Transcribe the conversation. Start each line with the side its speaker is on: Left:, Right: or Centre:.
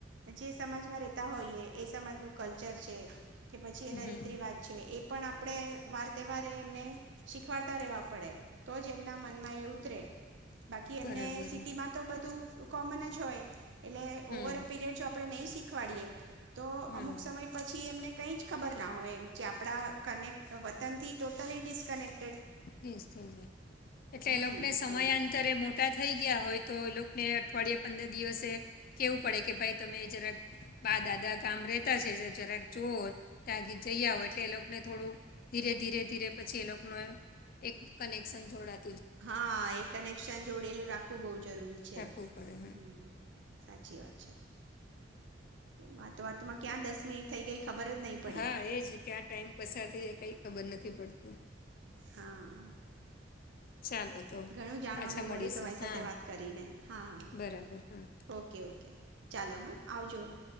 Right: જે સમાજમાં રહેતા હોઈએ, એ સમાજનું કલ્ચર છે કે પછી એના
Left: હમ.
Right: રીત રિવાજ છે એ પણ આપણે વાર તેવાર તે મને શીખવાડતા રહેવા પડે, તો જ એમના મનમાં એ ઉતરે બાકી
Left: બરાબર
Right: એમને સિટીમાં તો બધું કોમન જ હોય એટલે
Left: હમ
Right: ઓવર અ પીરિયડ જો આપણે નહીં શીખએ <unintelligible> તો
Left: હમ
Right: અમુક સમય પછી એમને કંઈ જ ખબર ના હોય એમ જે આપડા કનેક્ટ વતનથી તો <inaudible> ડિસકનેક્ટ
Left: થ જાય, એટલે
Right: હમ
Left: એ લોકોને સમયાંતરે
Right: એવું થાય
Left: મોટા થઈ ગયા હોય, તો એ લોકોને અઠવાડે પંદર દિવસે કેવું પડે કે, ભાઈ તમે જરાક બા દાદા ગામ રેતા છે જરાક જોુઓ ત્યાં જઈયા હો, એટલે એ લોકોને થોડું ધીરે, ધીરે, ધીરે પછી એ લોકોને એક કનેક્શન જોડા
Right: હા, એ કનેક્શન જોડેલું રાખવું બહવ જરૂરી છે,
Left: રાખવું પડે
Right: હમ, સાચી વાત. વાતો વાતોમાં ક્યાં દસ મીનીટ થઈ ગઈ. ખબર જ નહીં પડી
Left: હા, એજ ક્યાં ટાઈમ પસાર થ જાય કઈ ખબર નથી પડતું
Right: હા
Left: ચાલો તો
Right: ઘણું જાણવાનું
Left: પાછા મળીશું
Right: મળ્યું તમારી
Left: હા
Right: સાથે વાત કરીને હા,
Left: બરાબર હા
Right: ઓકે ઓકે ચાલો હા આવજો.